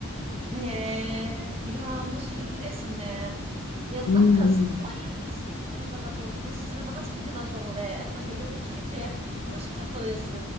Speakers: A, on the right; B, on the left.
A: へえ、いやー、面白いですね。いや、なんか、
B: うんうん
A: そんなマイアミに住まれてる方とお話しするの初めてだったので、なんかいろいろ聞けて面白かったです。